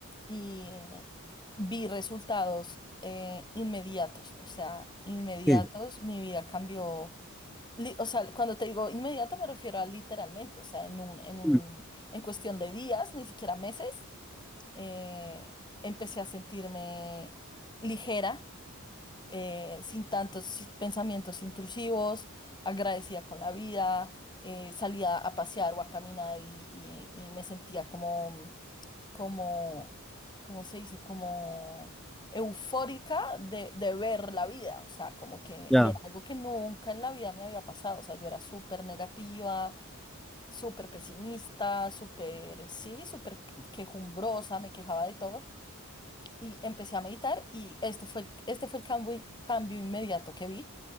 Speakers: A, on the left; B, in the centre.
A: y eh, vi resultados eh, inmediatos, o sea, inmediatos,
B: Sí.
A: mi vida cambió li- O sea, cuando te digo inmediata me refiero a literalmente, o sea, en un, en un,
B: Mm,
A: en cuestión de días, ni siquiera meses, eh, empecé a sentirme ligera, eh, sin tantos si- pensamientos intrusivos, agradecida con la vida, eh, salía a pasear o a caminar y, y- y me sentía como como, ¿cómo se dice? Como eufórica de, de ver la vida, o sea, como que,
B: Ya,
A: y era algo que nunca en la vida me había pasado, o sea, yo era súper negativa, súper pesimista, súper, sí, súper quejumbrosa, me quejaba de todo, y empecé a meditar y este fue el, este fue el cambio, cambio inmediato que vi.